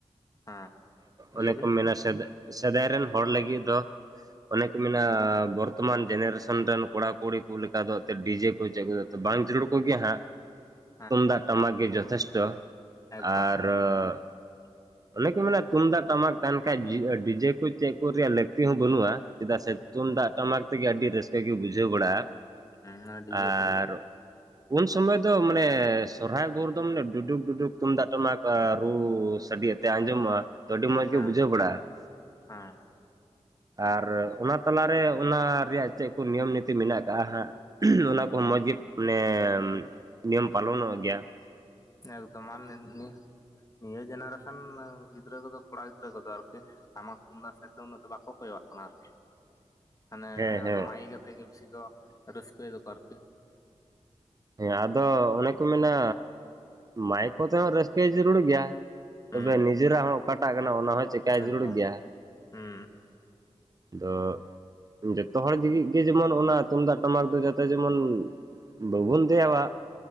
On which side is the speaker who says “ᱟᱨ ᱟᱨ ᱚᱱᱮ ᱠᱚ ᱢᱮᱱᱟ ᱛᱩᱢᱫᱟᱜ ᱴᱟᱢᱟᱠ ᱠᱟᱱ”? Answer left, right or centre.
Right